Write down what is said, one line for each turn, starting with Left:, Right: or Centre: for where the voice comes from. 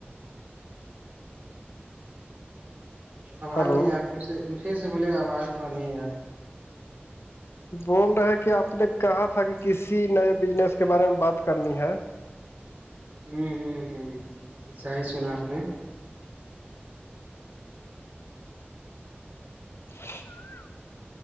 Right: آواز
Left: ہلو
Right: نہیں آیا پھر سے پھر سے بولے گا آواز تھوڑا نہیں آیا
Left: بول رہے کہ آپ نے کہا تھا کہ کسی نئے بزنس کے بارے میں بات کرنی ہے
Right: ہوں ہ ہ جائی سنا آپ نے
Left: <inaudible>